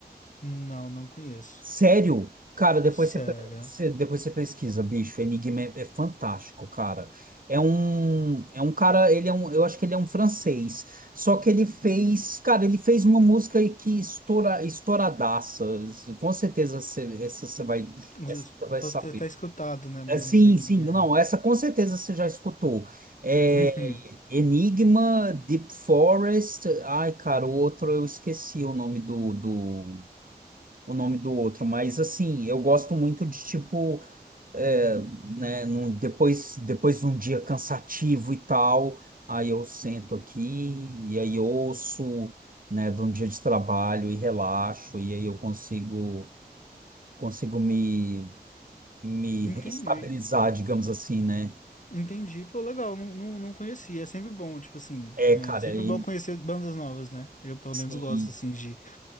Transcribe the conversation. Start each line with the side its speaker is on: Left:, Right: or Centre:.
Left: Não, não conheço.
Right: Sério? Cara, depois
Left: Sério.
Right: você, você- depois você pesquisa, bicho. O Enigma é, é fantástico, cara. É um, é um cara, ele é um, eu acho que ele é um francês. Só que ele fez, cara, ele fez uma música aí que estoura, estouradaça. Com certeza você, essa você vai,
Left: Às
Right: essa
Left: vezes
Right: você vai
Left: Posso
Right: saber.
Left: ter até escutado, né? Mas
Right: É, Sim,
Left: não sei quem
Right: sim, não,
Left: é.
Right: essa com certeza você já escutou. É,
Left: Uhum.
Right: Enigma, Deep Forest, ai, cara, o outro eu esqueci o nome do, do, o nome do outro, mas assim, eu gosto muito de tipo, é, né, num- depois, depois de um dia cansativo e tal, aí eu sento aqui e aí ouço, né, de um dia de trabalho e relaxo, e aí eu consigo, consigo me, me
Left: Entendi.
Right: reestabilizar, digamos assim, né?
Left: Entendi. Pô, legal. Não, não, não conhecia. É sempre bom, tipo assim.
Right: É,
Left: É
Right: cara,
Left: sempre
Right: e
Left: bom conhecer bandas novas, né? Eu, pelo
Right: sim.
Left: menos, gosto, assim, de